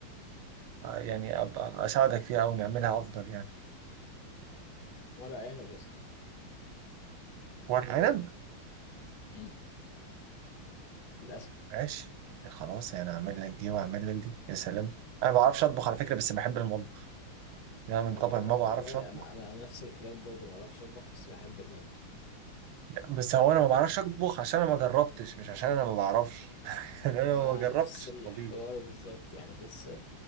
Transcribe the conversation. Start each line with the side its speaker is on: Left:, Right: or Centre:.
Right: يعني ابقى اساعدك فيها او نعملها افضل يعني
Left: ورق عنب يا اسطى
Right: ورق عنب
Left: امم للأسف
Right: ماشي خلاص انا اعمل لك دي واعمل لك دي يا سلام انا ما بعرفش اطبخ على فكره بس بحب المطبخ يعني انا من
Left: طب
Right: طبعي ما بعرفش
Left: والله
Right: اطبخ
Left: أنا أنا أنا نفس الكلام برضه ما أعرفش أطبخ بس بحب المطبخ
Right: لا، بس هو انا ما بعرفش اطبخ عشان انا ما جربتش مش عشان انا ما بعرفش <laughs> يعني انا
Left: مع
Right: ما جربتش
Left: نفس الحوار
Right: الطبيخ
Left: بالظبط يعني بس